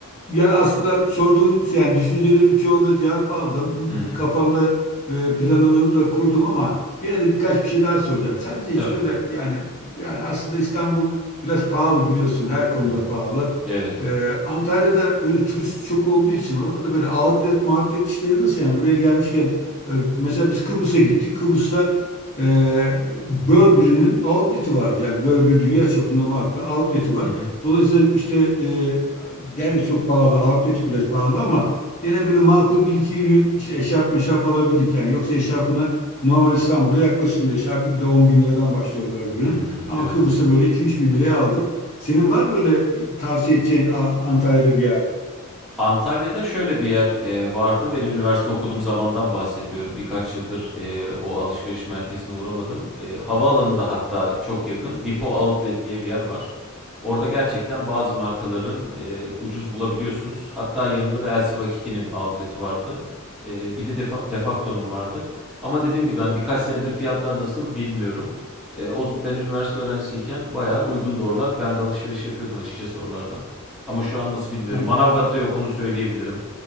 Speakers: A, on the left; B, in the centre.
A: ya aslında sorduğun yani düşüncelerimin çoğunda cevap aldım.
B: Hı hı.
A: Kafamda e, planımı da kurdum ama gene de birkaç bir şey daha soracağım. Sadece
B: Tabii.
A: hiç böyle yani yani aslında İstanbul Biraz pahalı biliyorsun her konuda
B: Hı hı.
A: pahalı.
B: Evet.
A: Ee, Antalya'da böyle turist çok olduğu için orada da böyle outlet mağutlet işleri nasıl yani buraya gelmişken e, mesela biz Kıbrıs'a gittik. Kıbrıs'ta e, Burberry'nin outlet'i vardı. Yani Burberry dünya çapında marka outlet'i var.
B: Hı hı.
A: Dolayısıyla işte e, gene çok pahalı outlet'i bile pahalı ama gene böyle makul bir iki ürün işte eşarp meşarp alabildik yani yoksa eşarpına normal İstanbul'da yaklaşılmıyor. Eşarpı bile 10 bin liradan başlıyor Burberry'nin.
B: Hımm,
A: Ama
B: evet.
A: Kıbrıs'ta böyle iki üç bin liraya aldık. Senin var böyle tavsiye edeceğin A- Antalya'da bir yer?
B: Antalya'da şöyle bir yer e, vardı. Benim üniversite okuduğum zamandan bahsediyorum. Birkaç yıldır e, o alışveriş merkezine uğramadım. E, havaalanında hatta çok yakın Depo Outlet diye bir yer var. Orada gerçekten bazı markaların e, ucuz bulabiliyorsunuz. Hatta yanında da LC-Vakiki'nin outlet'i vardı. E, bir de Defa, Defacto'nun vardı. Ama dediğim gibi ben birkaç senedir fiyatlar nasıl bilmiyorum. E, o, ben üniversite öğrencisiyken bayağı uygun oralar. Ben de alışveriş yapıyordum açıkçası oralardan. Ama şu an nasıl bilmiyorum.
A: Ay,
B: Manavgat'ta yok onu söyleyebilirim.